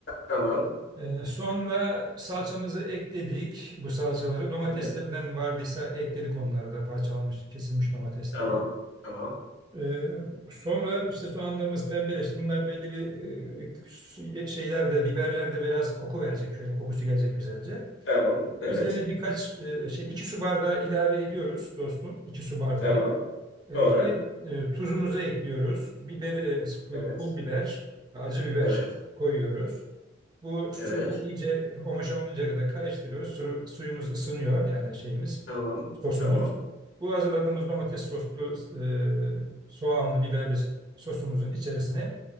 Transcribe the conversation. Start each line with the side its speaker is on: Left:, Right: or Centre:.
Left: Tamam.
Right: E, sonra salçamızı ekledik. Bu salçaları domateslerden
Left: Evet.
Right: vardıysa ekledik onları da parçalanmış, kesilmiş domatesleri.
Left: Tamam. Tamam.
Right: Ee, sonra işte soğanlarımız pembeleşti. Bunlar belli bir e, şey- şeylerde, biberlerde biraz koku verecek. Şöyle kokusu gelecek güzelce.
Left: Tamam. Evet.
Right: Üzerine birkaç e, şey, iki su bardağı ilave ediyoruz dostum. İki su bardağı.
Left: Tamam.
Right: E,
Left: Sonra.
Right: ki e, tuzumuzu ekliyoruz. Biberi,
Left: Evet.
Right: e, pul biber, acı biber
Left: Evet.
Right: koyuyoruz. Bu sudan
Left: Evet.
Right: iyice homojen oluncaya kadar karıştırıyoruz. Su, suyumuz ısınıyor yani şeyimiz,
Left: Tamam.
Right: sosumuz.
Left: Tamam.
Right: Bu hazırladığımız domates soslu, e, soğanlı, biberli sosumuzun içerisine